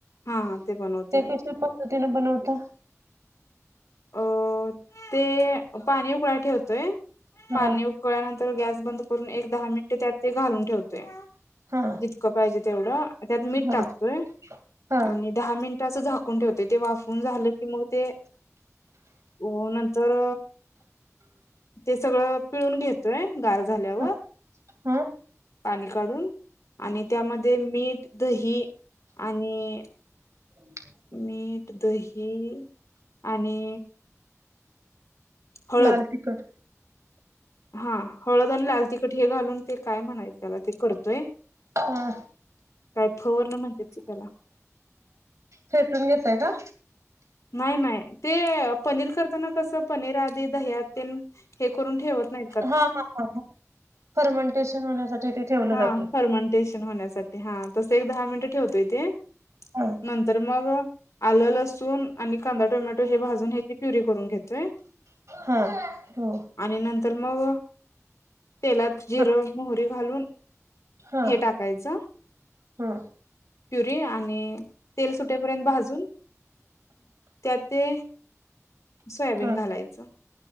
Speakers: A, on the left; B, on the right.
A: हा
B: ते
A: हा बनवतोय
B: कशल्या पद्धतीने बनवता.
A: अ ते पाणी उकळा ठेवतोय
B: हा
A: पाणी उ उकळ्यानंतर गॅस बंद करून एक दहा मिनिट त्यात ते घालून ठेवतोय.
B: हा
A: जितकं पाहिजे तेवढं त्यात मीठ
B: हा
A: टाकतोय.
B: हा
A: आणि दहा मिनिट असं झाकून ठेवते ते वाफून झालं की मग ते. वो नंतर ते सगळं पिळून घेतोय गार झाल्यावर.
B: हा हा
A: पाणी काढून आणि त्यामध्ये मीठ दही आणि.
B: ह् <inaudible>
A: मीठ दही आणि. हळद
B: लाल तिकट.
A: हा हळद आणि लाल तखट हे घालून ते काय म्हणायचं त्याला ते करतोय.
B: हा.
A: काय फवरन म्हणतात की त्याला.
B: फेटून घेतय का.
A: नाही नाही ते पनीर करताना कसं. पनीर आध दहत हे करून ठेवत नाही.
B: हा हा हा फर्मंटेशन होण्यासाठी. ते ठेवलं
A: हा
B: जातं.
A: फर्मंटेशन होण्यासाठी हा तस एक दहा मिनिटं ठेवतोय तेे.
B: हा
A: नंतर मग. आलं लसून आणि कांदा टोमॅटो हे भाजून ह्याची प्युरी करून घेतोय.
B: हा हो.
A: आणि नंतर मग तेलात जिरं
B: हा
A: मोहरी घालून.
B: हा
A: हे टाकायचं.
B: हा
A: प्युरी आणि तेल सुटेपर्यंत भाजून. त्या ते. सोयाबीन
B: हा
A: घालायचं.